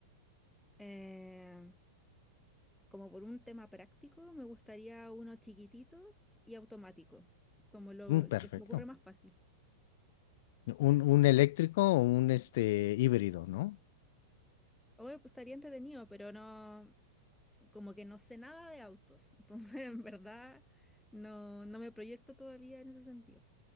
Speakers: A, in the centre; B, on the left.
A: Em, como por un tema práctico, me gustaría uno chiquitito y automático, como lo
B: Mm, perfecto.
A: que se me ocurre más fácil.
B: Un, un eléctrico o un este híbrido, ¿no?
A: Obvio, pues, estaría entretenido, pero no, como que no sé nada de autos, entonces <laughs> en verdad no, no me proyecto todavía en ese sentido.